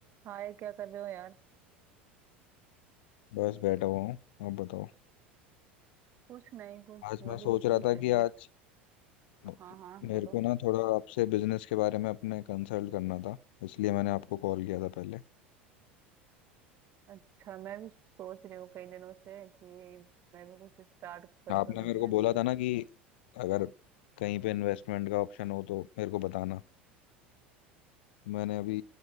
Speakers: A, on the right; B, on the left.
A: हाय क्या कर रहे हो यार
B: बस बैठा हुआ हूँ आप बताओ
A: कुछ नहीं कुछ
B: आज
A: सोच
B: मैं सोच
A: रही थी
B: रहा
A: कुछ
B: था
A: बिजनेस
B: कि आज म-
A: हाँ हाँ बोलो
B: मेरे को ना थोड़ा आपसे बिजनेस के बारे में अपने कंसल्ट करना था इसलिए मैंने आपको कॉल किया था पहले
A: अच्छा मैं भी सोच रही हूँ कई दिनों से कि मैं भी कुछ स्टार्ट कर
B: आपने
A: दूँ बिजनेस
B: मेरे को बोला था ना कि अगर कहीं पे इन्वेस्टमेंट का ऑप्शन हो तो मेरे को बताना मैंने अभी